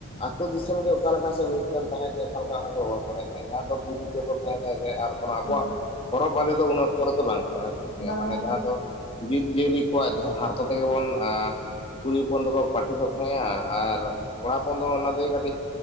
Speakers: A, on the left (about 25°); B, on the left (about 75°).
A: ᱟᱛᱳ ᱫᱤᱥᱚᱢ ᱜᱮ ᱚᱠᱟ ᱞᱮᱠᱟᱪᱚᱝ ᱢᱤᱫᱴᱮᱱ ᱛᱟᱦᱮᱸᱜ ᱡᱮ ᱚᱠᱟᱞᱮᱠᱟ ᱚᱱᱟᱜᱮ ᱵᱟᱵᱚᱱ ᱵᱟᱲᱟᱭᱟ᱾ ᱡᱟᱦᱟᱸ ᱫᱚ ᱵᱤᱨ ᱨᱮᱜᱮ ᱵᱚ ᱛᱟᱦᱮᱸ ᱠᱟᱱ ᱛᱟᱦᱮᱸᱜ-ᱟ ᱟᱨ ᱚᱱᱟ ᱟᱵᱚᱣᱟᱜ
B: ᱦᱮᱸ
A: ᱦᱚᱨᱚᱜ ᱵᱟᱸᱫᱮ ᱫᱚ ᱩᱱ ᱚᱠᱛᱚ ᱨᱮᱫᱚ ᱵᱟᱝ ᱛᱟᱦᱮᱱᱟ᱾ ᱴᱷᱤᱠ ᱜᱮᱭᱟ,
B: ᱵᱟᱝ
A: ᱢᱟᱱᱮ
B: ᱛᱟᱦᱮᱸ
A: ᱡᱟᱦᱟᱸ
B: ᱠᱟᱱᱟ
A: ᱫᱚ ᱵᱤᱨ ᱡᱤᱭᱟᱹᱞᱤ ᱠᱚᱣᱟᱜ ᱡᱟᱦᱟᱸ ᱦᱟᱨᱛᱚ ᱛᱮᱜᱮ ᱵᱚᱱ ᱟᱸᱼᱼᱼ ᱠᱩᱲᱤ ᱦᱚᱯᱚᱱ ᱫᱚᱠᱚ ᱯᱟᱴᱷᱮᱹ ᱠᱚᱜ ᱛᱟᱦᱮᱸᱜ-ᱟᱸ ᱟᱨ ᱠᱚᱲᱟ ᱦᱚᱯᱚᱱ ᱫᱚ ᱚᱱᱟ ᱛᱮᱜᱮ ᱠᱟᱹᱴᱤᱡᱼ